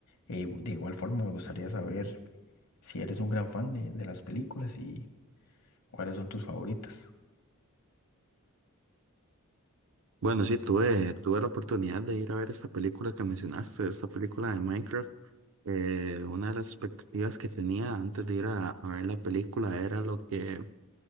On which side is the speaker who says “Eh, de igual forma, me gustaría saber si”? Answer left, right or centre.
Left